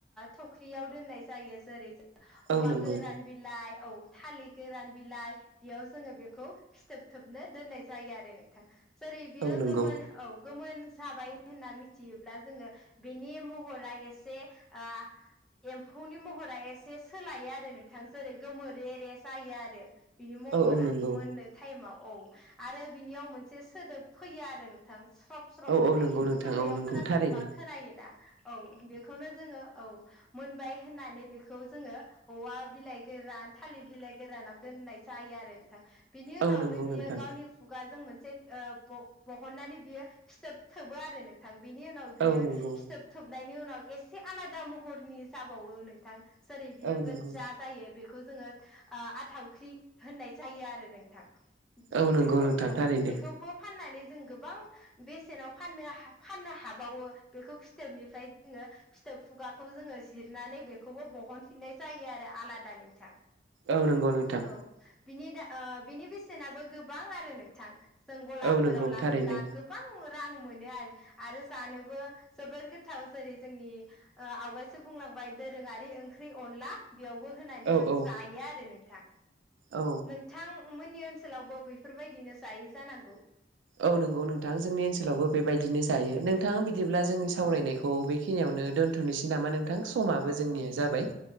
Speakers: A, in the centre; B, on the right.
A: थख्रियाव दोननाय जायो जेरै औवा
B: औ नंगौ
A: गोरान बिलाइ औ थालिर गोरान बिलाइ बेयाव जोंङो बेखौ फिथोब थोबनो दोननाय जायो आरो नोंथां। जेरै बियो
B: औ नंगौ
A: गोमोन औ गोमोन जाबाय होनना मिथियोब्ला जोङो बेनि महरा एसे ओ एम्फौनि महरा एसे सोलायो आरो नोंथां जेरै गोमोरे रे जायो आरो। बिनि महरा
B: औ औ नंगौ
A: मोननो टाइमाव औ आरो बिनियाव मोनसे सोदोब फैयो आरो नोंथां स्रब स्रब
B: औ
A: होननाय
B: औ नंगौ नोंथां
A: खोमायाव
B: औ नंगौ
A: खोनासंबा
B: थारैनो
A: खोनायोना औ बेखौनो जोङो औ मोनबाय होननानै बेखौ जोंङो औवा बिलाइ गोरान थालिर बिलाइ गोरानाव दोननाय जायो आरो नोंथां बिनि उनावनो
B: औ नंगौ
A: बियो
B: नोंथां
A: गावनि खुगा जों मोन से ओ ब-बहननानै बियो फिथोब थोबो आरो नोंथां बिनि उनाव बियो
B: औ नंगौ
A: फिथोब थोबनायनि उनाव एसे आलादा महरनि जाबावो नोंथां जेरै बियो
B: औ नंगौ
A: गोज्जा जायो बेखौ जोंङो ओ आथावख्रि होननाय जायो आरो नोंथां।
B: औ नंगौ
A: बेखौ
B: नोंथां
A: औ
B: थारैनो
A: बेखौबो फाननानै जों गोबां बेसेनाव फाननो हा फाननो हाबावो बेखौ फिथोबनिफ्राय जोङो फिथो खुगाखौ जोंङो जिरनानै बेखौबो बहनफिननाय जायो आरो आलादा नोंथां।
B: औ नंगौ नोंथां
A: औ बिनि दा ओ बिनि बेसेनाबो गोबां आरो नोंथां। जों गलाफोराव
B: औ नंगौ
A: लाङोब्ला
B: थारैनो
A: गोबां मो रां मोनो आरो आरो जानोबो जोबोर गोथाव जेरै जोंनि ओ आवगायसो बुंलां बाय दोरोङारि ओंख्रि अनला बेयावबो होनानै
B: औ
A: जों
B: औ
A: जायो आरो नोंथां
B: औ
A: नोंथां ओं मोननि ओन सोलावबो बैफोरबायदिनो जायो जानांगौ
B: औ नंगौ नोंथां जोंनि ओनसोलावबो बेबायदिनो
A: औ
B: जायो नोंथां बिद बिदिब्ला जोंनि सावरायनायखौ
A: औ
B: बेखिनियावनो दोन्थ'नोसै नामा नोंथां समाबो
A: औ
B: जोंनिया
A: औ
B: जाबाय